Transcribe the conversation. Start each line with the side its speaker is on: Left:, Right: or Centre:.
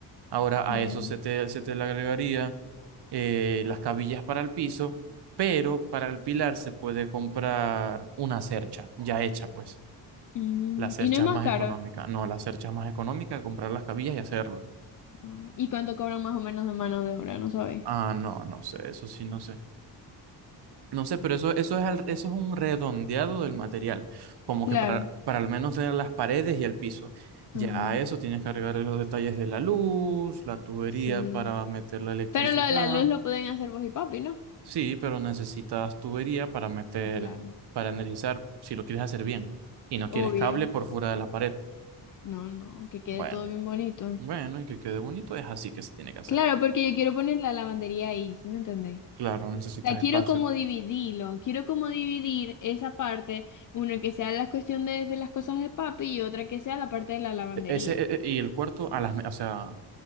Right: Ahora
Left: Mm,
Right: a eso se te, se te le agregaría eh, las cabillas para el piso, pero para el pilar se puede comprar una cercha ya hecha, pues.
Left: mm,
Right: Las cerchas
Left: ¿Y no es más
Right: más
Left: caro?
Right: económicas. No, las cerchas más económicas, comprar las cabillas y hacerlo.
Left: No. ¿Y cuánto cobran más o menos de mano de obra? No sabéis.
Right: Ah, no, no sé, eso sí, no sé. No sé, pero eso, eso es, al- eso es un redondeado del material, como
Left: Claro.
Right: que para, para al menos tener las paredes y el piso. Ya
Left: Ajá.
Right: a eso tienes que agregarle los detalles de la luz, la tubería
Left: Sí.
Right: para meter la electricidad.
Left: Pero lo de la luz lo pueden hacer vos y papi, ¿no?
Right: Sí, pero necesitas tubería para meter,
Left: Ah, claro.
Right: para energizar, si lo quieres hacer bien. Y no quieres
Left: Obvio.
Right: cable por fuera de la pared.
Left: No, no, que quede
Right: Bueno,
Left: todo bien bonito.
Right: bueno, y que quede bonito, es así que se tiene que hacer.
Left: Claro, porque yo quiero poner la lavandería ahí, ¿sí me entendéis?
Right: Claro, necesitas
Left: La quiero
Right: espacio.
Left: como dividirlo, quiero como dividir esa parte, una que sea la cuestión de, de las cosas de papi y otra que sea la parte de la lavandería.
Right: E- Ese, e- e- y el cuarto, a las, me- o sea,